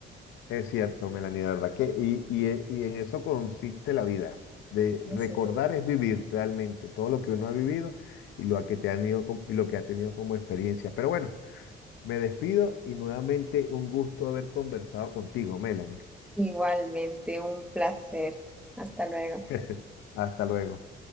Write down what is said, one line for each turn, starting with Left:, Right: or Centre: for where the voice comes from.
Left: Es cierto, Melanie, de verdad que, y, y, e- y en eso consiste la vida, de
Centre: Eso
Left: recordar
Centre: es
Left: es vivir realmente todo lo que uno ha vivido y lo que te han ido com- y lo que ha tenido como experiencia. Pero bueno, me despido y nuevamente un gusto haber conversado contigo, Melanie.
Centre: Igualmente, un placer. Hasta luego.
Left: <laughs> Hasta luego.